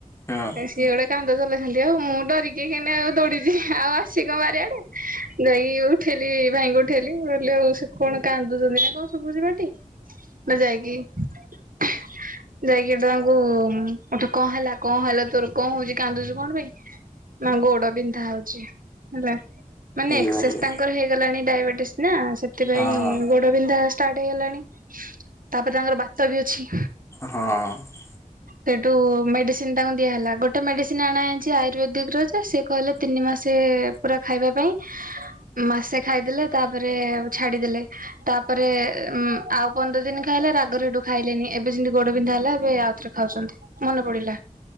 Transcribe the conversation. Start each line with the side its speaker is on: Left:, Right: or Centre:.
Left: ହଁ
Right: ଆ ସି ଗୁଡେ କାନ୍ଦ ଚଲେଇଥାନ୍ତି ଆଉ ମୁଁ ଡରିକି କାହିଁକିନା ଆଉ ଦୌଡିଛି ଆଉ ଆସିକି କଣ ବାରିଆଡେ ଯାଇକି ଉଠେଇଲି ଭାଇଙ୍କୁ ଉଠେଇଲିିଲ ଆଉ କଣ କାନ୍ଦୁଛନ୍ତି ନା କଣ ଶୁୁଭୁଛି <inaudible> ମୁଁ ଯାଇକି ହେଁ ଯାଇକି ଏଟା ତାଙ୍କୁ ଏଟା କଣ ହେଲା କଣ ହେଲା ତୋର କଣ ହଉଛି କାନ୍ଦୁଚୁ କଣ ପାଇଁ ମା ଗୋଡ ବିନ୍ଧା ହଉଛି ହେଲା। ମାନେ
Left: ଇଏ
Right: ଏକ୍ସେସ
Left: ଭାବିଲେ
Right: ତାଙ୍କର ହେଇଗଲାଣି ଡାଇବେଟ ନା ସେଥିପାଇଁ
Left: ହଁ
Right: ଗୋଡ ବିନ୍ଧା ଆ ପାଇ ହେଲା ତାପରେ ତାଙ୍କର ବାତ ବି ଅଛି।
Left: ହଁ
Right: ସେଠୁ ମେଡିସିନ ତାଙ୍କୁ ଦିଆହେଲା ଗୋଟେ ମେଡିସିନ ଆଣା ହେଇଛି ଆୟୁର୍ବେଦିକ ର ଯେ ସେ କହିଲେ ତିନି ମାସେ ପୁରା ଖାଇବା ପାଇଁ ମାସେ ଖାଇଦେଲେ ତାପରେ ଛାଡିଦେଲେ ତାପରେ ଆଉ ପନ୍ଦର ଦିନ ଖାଇଲା ରାଗରେ ହେଠୁ ଖାଇଲେନି ଏବେ ସେମତି ଗୋଡ ବିନ୍ଧା ହେଲା ଏବେ ଆଉ ଥରେ ଖାଉଛନ୍ତି ମନେ ପଡିଲା